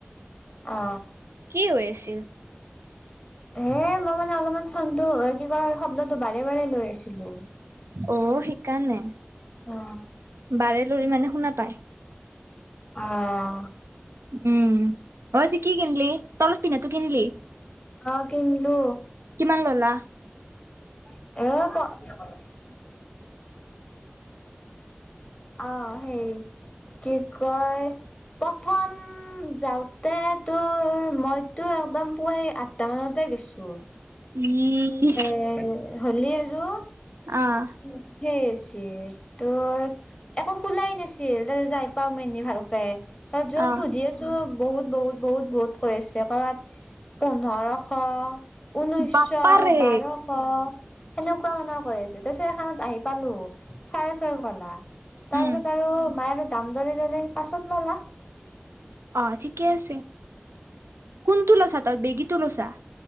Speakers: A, on the left; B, on the right.
A: অ,
B: কি হৈ আছিল?
A: হে মই মানে অলপমান চাউনটো কি কয় শব্দটো বাৰে বাৰে লৈ আছিলোঁ।
B: অ', সেই কাৰণে
A: অ
B: বাৰে লৰি মানে শুনা পায়।
A: অ'
B: উম অ', আজি কি কিনিলি তলত পিন্ধাটো কিনিলি?
A: অ', কিনিলো
B: কিমান ল'লা?
A: <unintelligible> অ', সেই কি কয় প্ৰথম যাওঁতে তোৰ মইতো একদম পুৱাই টামানতে গেছো।
B: <inaudible>
A: এ হলি আৰু
B: অ',
A: <unintelligible> একো খোলাই নাছিল, তাতে যাই পাও মি ভালকে ত যত
B: আহ
A: ধুধি। বহুত বহুত বহুত-বহুত কৈ আছে কৰ'বাত পোন্ধৰশ। ঊনৈশ
B: বাপাৰে
A: বাৰ অ', সেনেকুৱা মানৰ কৈ আছে, তই চ এখনত আহি পালো চাৰে ছয় কলা। তাৰপিছত
B: উম
A: আৰু মায়ে আৰু দাম দৰে ললে পাছত নলা।
B: অ', ঠিকে আছে, কোনটো লছা তই বেগীতু লছা?